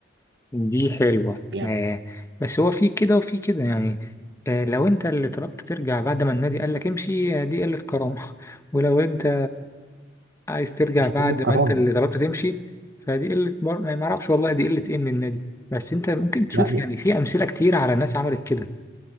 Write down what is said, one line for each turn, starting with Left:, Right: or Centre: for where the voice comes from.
Left: دي حلوه
Right: يعني
Left: آه، بس هو في كده وفي كده يعني آه، لو انت اللي طلبت ترجع بعد ما النادي قال لك امشي آه، دي قله كرامه <laughs> ولو انت عايز ترجع
Right: مش
Left: بعد
Right: قلة كرامة
Left: ما انت اللي طلبت تمشي فدي قله بر- ما ما اعرفش والله دي قله ايه من النادي بس انت ممكن تشوف
Right: لا دي
Left: يعني في امثله كتير على ناس عملت كده